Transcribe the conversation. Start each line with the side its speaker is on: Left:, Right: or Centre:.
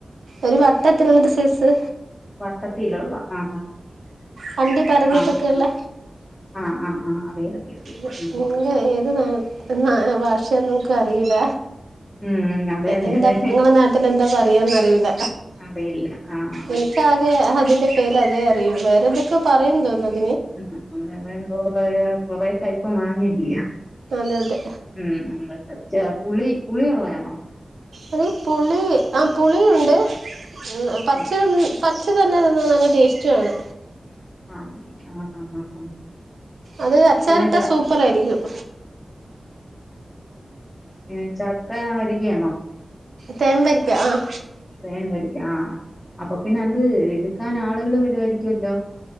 Right: ഒരു വട്ടത്തുള്ളരു സൈസ്....
Left: വട്ടത്തത്തിലുള്ള ആ
Right: വണ്ടി പറഞ്ഞിട്ടൊക്കെയുള്ള
Left: ആ ആ ആ ആ.....
Right: <unintelligible>
Left: അറിയാം അറിയാം അറിയാം ഉം
Right: നമുക്ക് അറിയില......
Left: ഉം അതെ അതെ
Right: എന്താ
Left: അതെ
Right: നിങ്ങളെ നാട്ടിൽ എന്താ പറയാന്നറിയില്ല
Left: അറിയില്ല ആ ആ
Right: എനിക്കാകെ അതിന്റെ പേര് അതേ അറിയും വേറെന്തൊക്കെ..... പറയു തോന്ന്.....
Left: ആ എന്തോ. <unintelligible> കൊറേ ടൈപ്പ് വാങ്ങില്ല്യായാ.
Right: അതെ അതെ
Left: ഉം <unintelligible> ച്ച് പുളി പുളിയള്ളയണോ.
Right: അത് പുളി ആ പുളിയുണ്ട്. ഉം പച്ച.
Left: ആഹ്
Right: പച്ച തന്നെ തിന്നാ നല്ല ടേസ്റ്റുമാണ്.
Left: ആ ആഹ് ആഹ് ആഹ് ആഹ്.
Right: അത് അച്ചാറിട്ടാ
Left: പിന്നെ ച
Right: സൂപ്പർ ആരിക്കും.
Left: ഏ ചക്ക വരിക്കയാണോ?
Right: തേമ്പരിക്ക ആ.
Left: തേൻ വരിക്കാ ആ അപ്പൊ പിന്നെ അത് എടുക്കാൻ ആളുകൾ വരു ആരിക്കുല്ലോ?